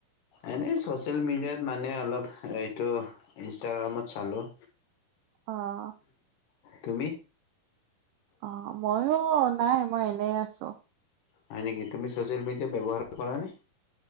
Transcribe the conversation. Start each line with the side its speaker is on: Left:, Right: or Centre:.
Left: এনেই চচিয়েল মিডিয়াত মানে অলপ এইটো- ইনষ্টাগ্ৰামত চালোঁ।
Right: অঁ।
Left: তুমি?
Right: অঁ, মইয়ো নাই, মই এনে আছোঁ।
Left: হয় নেকি? তুমি ছচিয়েল মিডিয়া ব্যৱহাৰ কৰা নে?